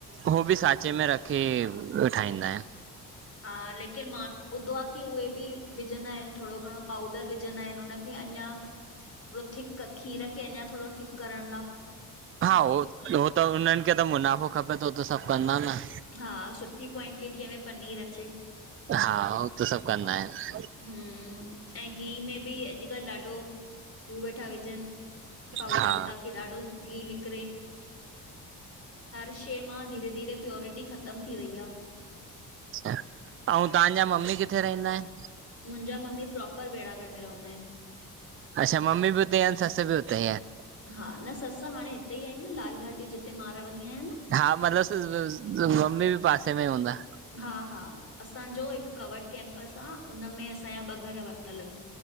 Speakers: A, on the right (about 35°); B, on the left (about 35°).
A: हो बि सांचे में रखे, ठाहींदा आहिनि।
B: हा लेकिन मां ॿुधो आहे की उहे बि, विझंदा आहिनि थोरो घणो पाउडर विझंदा आहिनि उन क अञा थोरो थिक खीर खे अञा थोरो थिक करण ला
A: हा, हो, हो त हुनन्हि खे त मुनाफ़ो खपे तो त सभु कंदा न।
B: हा, सुठी क्वांटिटीअ में पनीर अचे।
A: हा उहो त सभु कंदा आहिनि।
B: हम्म, ऐं गिह में बि अॼुकल्ह ॾाढो हू वेठा विझनि। पाउडर
A: हा
B: ताकी ॾाढो गीहु निकिरे। हर शे मां धीरे-धीरे प्योरिटी ख़तम थी वई आ
A: अच्छा, अंउं तहांजा मम्मी किथे रहिंदा हिन?
B: मुंजा मम्मी, प्रोपर बेड़ागढ़ में रव्हंदा हिन।
A: अच्छा मम्मी भी उते आइन, ससु भी उते आइन।
B: हा, न ससु हाणें हिते ई आईन न लाल घाटी जिते मां रव्हंदी आहियां न।
A: हा मतिलबु स सु सु सु मम्मी बि पासे में हूंदा।
B: हा-हा असांजो हिकु कवड कैंपस आ, उन में असांजा ॿ घर वरितल इनि